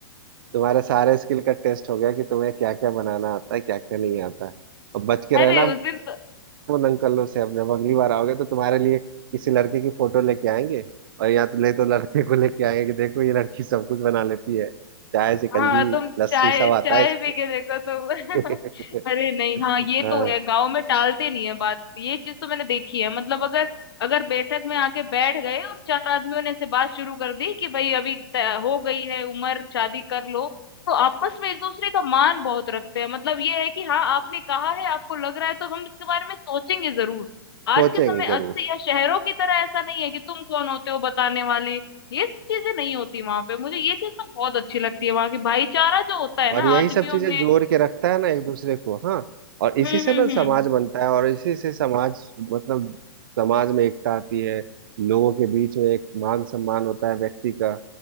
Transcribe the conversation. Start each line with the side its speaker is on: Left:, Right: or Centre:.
Right: तुम्हारे सारे स्किल का टेस्ट हो गया कि तुम्हें क्या क्या बनाना आता है क्या क्या नहीं आता और बच के
Left: अरे
Right: रहना
Left: उस दिन
Right: उन अंकलों से अब जब अगली बार आओगे तो तुम्हारे लिए किसी लड़के की फोटो लेके आएंगे और यहाँ तो नहीं तो लड़के को लेके आएंगे कि देखो ये लड़की सब कुछ बना लेती है चाय शिकंजी
Left: हाँ तुम
Right: लस्सी
Left: चाय
Right: सब आता
Left: चाय
Right: है इसको
Left: पी के देखो तुम
Right: <laughs>
Left: <laughs> अरे नहीं हाँ
Right: हाँ,
Left: ये तो है गांव में टालते नहीं है बात ये चीज तो मैंने देखी है मतलब अगर अगर बैठक में आके बैठ गए और चार आदमियों ने ऐसे बात शुरू कर दी कि भाई अभी त- हो गई है उम्र शादी कर लो तो आपस में एक दूसरे का मान बहुत रखते हैं मतलब ये है कि हाँ आपने कहा है आपको लग रहा है तो हम इसके बारे में सोचेंगे जरूर आज
Right: सोचेंगे
Left: के समय
Right: जरूर
Left: आज से यह शहरों की तरह ऐसा नहीं है कि तुम कौन होते हो बताने वाले ये सब चीजें नहीं होती वहां पे मुझे ये चीज ना बहुत अच्छी लगती है वहां की भाईचारा जो होता है ना
Right: और यही
Left: आदमियों
Right: सब चीजें
Left: में
Right: जोड़ के रखता है ना एक दूसरे को हाँ और इसी
Left: हम्म
Right: से
Left: हम्म
Right: ना
Left: हम्म
Right: समाज बनता है और इसी से समाज मतलब समाज में एकता आती है लोगों के बीच में एक मान सम्मान होता है व्यक्ति का